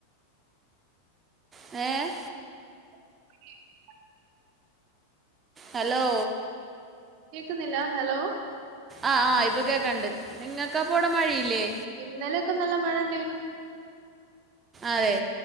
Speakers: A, on the right; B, on the right.
A: ഏ
B: <inaudible>
A: ഹലോ
B: കേക്ക്ന്നില്ല ഹെലോ
A: ആഹ് ആഹ് ഇപ്പൊ കേക്കാണ്ട് നിങ്ങക്കപ്പാെ അവടെ മഴയില്ലേ
B: ഇന്നലെ ഒക്കെ നല്ല മഴ ഇണ്ടേനു
A: അതെ